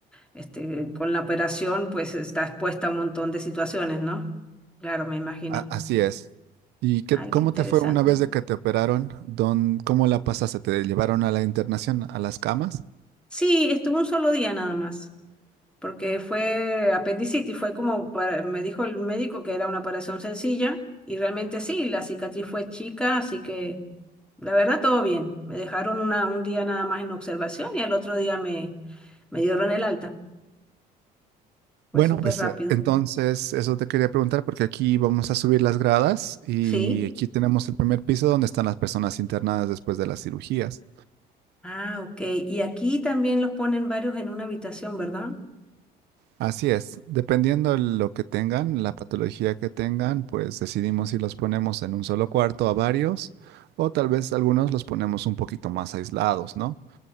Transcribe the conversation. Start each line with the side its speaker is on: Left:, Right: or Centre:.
Centre: Este, con la operación, pues está expuesta a un montón de situaciones, ¿no? Claro, me imagino.
Right: A- así es. ¿Y qué,
Centre: Ay,
Right: cómo
Centre: qué interesante.
Right: te fue una vez de que te operaron? ¿Dón- cómo la pasaste? ¿Te llevaron a la internación, a las camas?
Centre: Sí, estuvo un solo día nada más, porque fue apendicitis, fue como para, me dijo el médico que era una operación sencilla, y realmente sí, la cicatriz fue chica, así que la verdad todo bien. Me dejaron una, un día nada más en observación y al otro día me, me dieron el alta. Fue
Right: Bueno,
Centre: súper
Right: pues
Centre: rápido.
Right: eh, entonces eso te quería preguntar porque aquí vamos a subir las gradas y
Centre: Sí.
Right: aquí tenemos el primer piso donde están las personas internadas después de las cirugías.
Centre: Ah, ok. Y aquí también los ponen varios en una habitación, ¿verdad?
Right: Así es, dependiendo de lo que tengan, la patología que tengan, pues decidimos si los ponemos en un solo cuarto a varios o tal vez algunos los ponemos un poquito más aislados, ¿no?